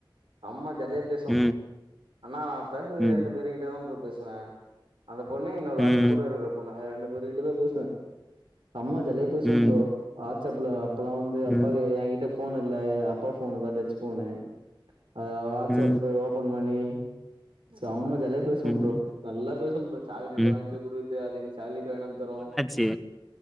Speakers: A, on the right (about 85°); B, in the centre.
A: அம்மா ஜாலியா பேசுவோ
B: ம்
A: ஆனா நா பேசுறது
B: ம்
A: ரெண்டு பேரு கிட்டதா ப்ரோ பேசுவ அந்த பொண்ணு இன்னொரு
B: ம்.
A: அதுக் கூட இருக்குற பொண்ணு அது ரெண்டு பேரு கிட்ட தா பேசுவ செம்மா ஜாலியா பேசுவோம்
B: ம்.
A: ப்ரோ வாட்ஸப்புல அப்பல்லா வந்து அப்பா
B: ம்.
A: எ ஏங்கிட்ட ஃபோன் இல்ல ஏ அப்பா ஃபோனு தா டச் ஃபோனு அதுல வாட்ஸ்சப்பு
B: ம்.
A: ஓப்பன் பண்ணி சம்ம ஜாலியா பேசுவோம்
B: ம்.
A: ப்ரோ நல்லா பேசுவோம் ப்ரோ சாக்லேட்டு
B: ம்.
A: வாய்ன்ட்டு குடுத்து அது எனக்கு சாக்லேட் வாய்ணாந்து தரு
B: எ